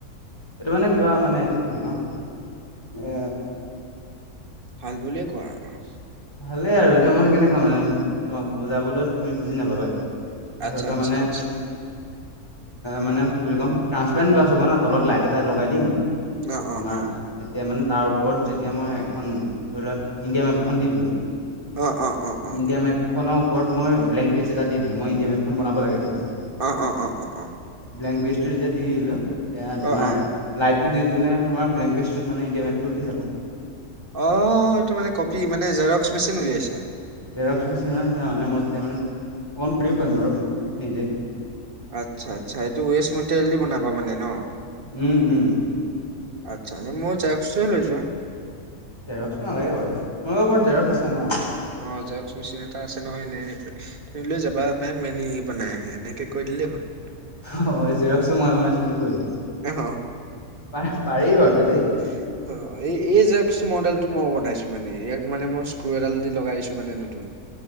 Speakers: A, on the left; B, on the right.
A: এইটো মানে কিবা মানে এতিয়া কি বুলি কম এ
B: ভাল বুলিয়ে কোৱা আৰু।
A: ভালেই আৰু এতিয়া মানে কেনেকুৱা মানে তোমাক বুজাবলৈ, তুমি বুজি নাপাবা এতিয়া?
B: আচ্ছা
A: ধৰি লোৱা
B: আচ্ছা
A: মানে
B: আচ্ছা অ
A: মানে কি বুলি ক'ম ট্ৰান্সপেৰেণ্ট গ্লাছ হ'ব না, তলত লাইট এটা লগাই দিম।
B: অ,
A: তোমাৰ
B: অ, অ।
A: তেতিয়া মানে তাৰ ওপৰত যেতিয়া মই এখন ধৰি লোৱা ইণ্ডিয়া মেপখন দি দিলোঁ।
B: অ, অ। অ
A: ইণ্ডিয়া মেপখনৰ ওপৰত মই ব্লেংক পেজ এটা দি দিলো, মই ইণ্ডিয়া মেপখন বনাব লাগে ধৰি লোৱা।
B: অ, অ, অ, অ, অ।
A: ব্লেংক পেজটো যেতিয়া দি দিলোঁ তেতিয়া তোমাৰ
B: অ অ অ
A: লাইটটো দি দিলা তোমাৰ ব্লেংক পেজটোত মানে ইণ্ডিয়া মেপটো উঠি যাব',
B: অহওওও', এইটো মানে কপি মানে জেৰক্স মেচিন উলিয়াইছা',
A: জেৰক্স মেচিনৰ নিচিনা মানে মই তেতিয়া মানে, অন কৰিব পাৰিম আৰু নিজেয়ে',
B: আচ্ছা - আচ্ছা, এইটো ৱেষ্ট মেটেৰিয়েল দি বনাবা মানে ন?
A: উম', - উম',
B: আচ্ছা, লাগিলে মোৰ জেৰেক্সটো লৈ যোৱা',
A: জেৰক্সটো নালাগে বাৰু এতিয়া, তোমালোকৰ ঘৰত জেৰক্স আছে ন?
B: অহ', জেৰক্স মিচিন এটা আছে নহয় এনে-এনে পৰি', তুমি লৈ যাবা, 'মেম' মেইনে ইয়েহ বানায়া হে' এনেকে কৈ দিলেই হ'ল ',
A: হ', -হয়, জেৰক্সটো মই বনাইছোঁ বুলি কৈ দিম,
B: অ',
A: পা - পাৰি বাৰুতে দেই',
B: হয় ', অ', -হয়', - এই - এই জেৰক্স মডেলটো মই বনাইছোঁ মানে ইয়াক মানে মই স্ক্ৰু এডাল দি লগাই দিছোঁ মানে নতুন',